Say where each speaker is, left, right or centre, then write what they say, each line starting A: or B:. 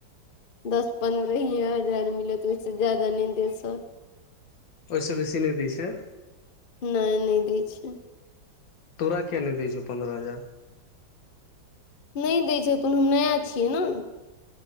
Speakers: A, on the left; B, on the left.
A: दस पन्द्रहहीए हजार मिलत ओइसे ज्यादा नइ देत सर
B: ओइसँ बेसी नइ दै छै
A: नहि नै दै छिए
B: तोरा किया नहि दे छौ पन्द्रह हजार
A: नहि दै छथिुन हम नया छियै न